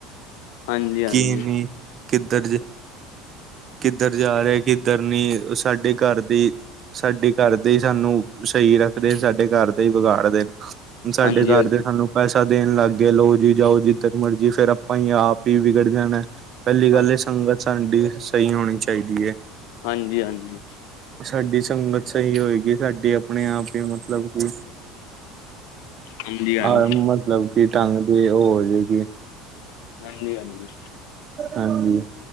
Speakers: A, on the left; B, on the right.
A: ਹਾਂਜੀ ਹਾਂਜੀ
B: ਕੀ ਨਹੀਂ। ਕਿੱਧਰ ਕਿੱਧਰ ਜਾ ਰਿਹਾ ਕਿੱਧਰ ਨੀ ਸਾਡੇ ਘਰ ਦੀ ਸਾਡੇ ਘਰ ਦੇ ਹੀ ਸਾਨੂੰ ਸਹੀ ਰੱਖਦੇ ਸਾਡੇ ਘਰ ਦੇ ਹੀ ਵਿਗਾੜਦੇ ਨੇ। ਹੁਣ ਸਾਡੇ
A: ਹਾਂਜੀ
B: ਘਰ
A: ਹਾਂਜੀ
B: ਦੇ ਸਾਨੂੰ ਪੈਸਾ ਦੇਣ ਲੱਗ ਗਏ ਲੋਓ ਜੀ ਜਾਓ ਜਿੱਧਰ ਮਰਜੀ ਫੇਰ ਆਪਾਂ ਹੀ ਆਪ ਹੀ ਵਿਗੜ ਜਾਣਾ। ਪਹਿਲੀ ਗੱਲ
A: ਹਾਂਜੀ
B: ਏ ਸੰਗਤ ਸਾਡੀ ਸਹੀ ਹੋਣੀ ਚਾਹੀਦੀ ਹੈ।
A: ਹਾਂਜੀ ਹਾਂਜੀ।
B: ਸਾਡੀ ਸੰਗਤ ਸਹੀ ਹੋਏਗੀ ਸਾਡੀ ਆਪਣੇ ਆਪ ਹੀ ਮਤਲਬ ਕਿ
A: ਹਾਂਜੀ
B: ਆ
A: ਹਾਂਜੀ
B: ਮਤਲਬ ਕਿ ਢੰਗ ਦੇ ਓੁਹ ਹੋ ਜਾਏਗੀ
A: ਹਾਂਜੀ ਹਾਂਜੀ।
B: ਹਾਂਜੀ।